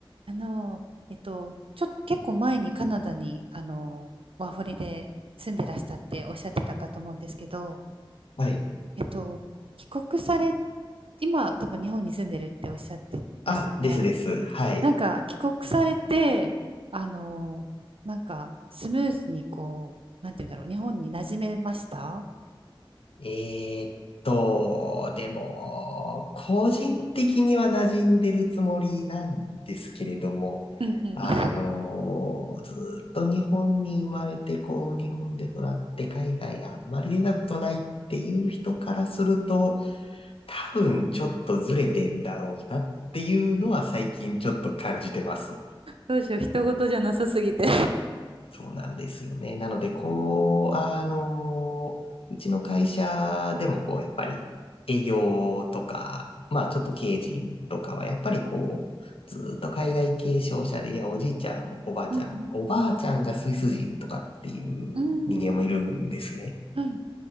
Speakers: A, on the right; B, on the left.
A: あの、えっと、ちょっと結構前にカナダに、あの、ワーホリで住んでらしたっておっしゃってたかと思うんですけど、
B: はい。
A: えっと、帰国され、今多分日本に住んでるっておっしゃってましたよね。
B: あ、ですです。はい。
A: なんか帰国されて、あの、なんかスムーズにこう、なんて言うんだろう、日本に馴染めました
B: えーっと、でも、個人的には馴染んでるつもりなんですけれども、
A: うんうん。
B: あのずーっと日本に生まれて、
A: <laughs>
B: こう、日本で育って海外あんまり出たことないっていう人からすると、多分ちょっとずれてんだろうなっていうのは最近ちょっと感じてます。
A: どうしよう、人事じゃなさすぎて
B: そうなんですよね。なので、こう、あの、うちの会社でもこう、やっぱり営業とか、まあちょっと経営陣とかは、やっぱりこう、ずっと海外継承者で、いや、おじいちゃん、おばあちゃん、
A: うん
B: おばあちゃんがスイス人とかっていう人間もいるんですね。
A: うん。うーん。はい。